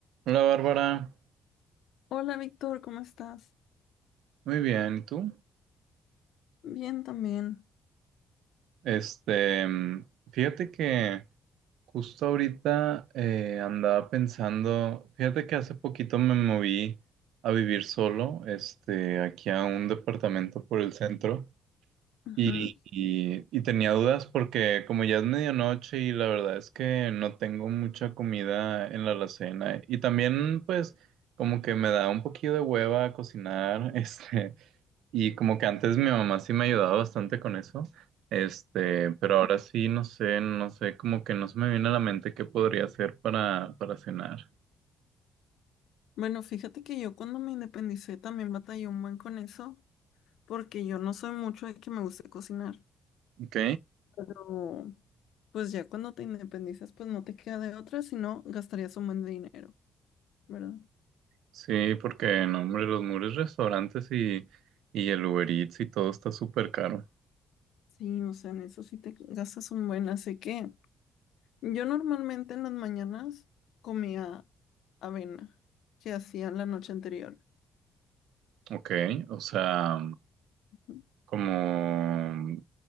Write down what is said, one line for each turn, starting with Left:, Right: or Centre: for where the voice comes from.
Right: Hola Bárbara,
Left: Hola Víctor, ¿cómo estás?
Right: muy bien, ¿y tú?
Left: Bien también.
Right: Este, mm, fíjate que justo ahorita eh, andaba pensando, fíjate que hace poquito me moví a vivir solo, este, aquí a un departamento por el centro
Left: Ujú.
Right: y, y- y tenía dudas porque como ya es medianoche y la verdad es que no tengo mucha comida en la alacena y también pues como que me da un poquito de hueva cocinar, <laughs> este. Y como que antes mi mamá sí me ayudaba bastante con eso, este, pero ahora sí no sé, no sé, como que no se me viene a la mente qué podría hacer para, para cenar.
Left: Bueno, fíjate que yo cuando me independicé también batallé un buen con eso, porque yo no soy mucho de que me guste cocinar,
Right: ¿Ok?
Left: pero pues ya cuando te independizas, pues no te queda de otra, sino gastarías un buen de dinero, ¿verdad?
Right: Sí, porque no, hombre, los muros restaurantes y, y el Uber Eats y todo está súper caro.
Left: Sí, o sea, en eso sí te gastas un buen, así que yo normalmente en las mañanas comía avena que hacía la noche anterior.
Right: Ok, o sea,
Left: Ujú.
Right: como,